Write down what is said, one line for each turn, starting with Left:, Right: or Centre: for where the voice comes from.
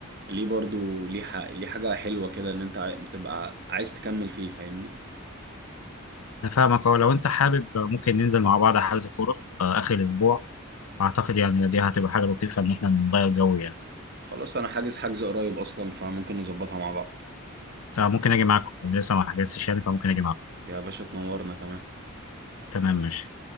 Right: ليه برضو ليه, ح... ليه حاجة حلوة كده ان انت عاي- بتبقى عايز تكمل فيه فاهمني
Left: انا فاهمك اه لو انت حابب ممكن ننزل مع بعض حجز كوره آه، اخر الاسبوع اعتقد يعني دي هتبقى حاجه لطيفه ان احنا نغير جو يعني
Right: خلاص انا حاجز حجز قريب اصلا فممكن نظبطها مع بعض
Left: طب ممكن اجي معاكم لسه ما حجزتش يعني فممكن اجي معاكم
Right: يا باشا تنورنا تمام
Left: تمام ماشي